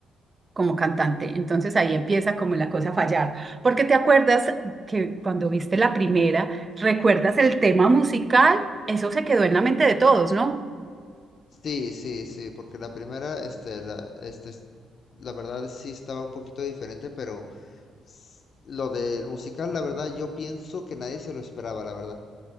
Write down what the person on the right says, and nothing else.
como cantante. Entonces ahí empieza como la cosa a fallar. Porque te acuerdas que cuando viste la primera, ¿recuerdas el tema musical? Eso se quedó en la mente de todos, ¿no?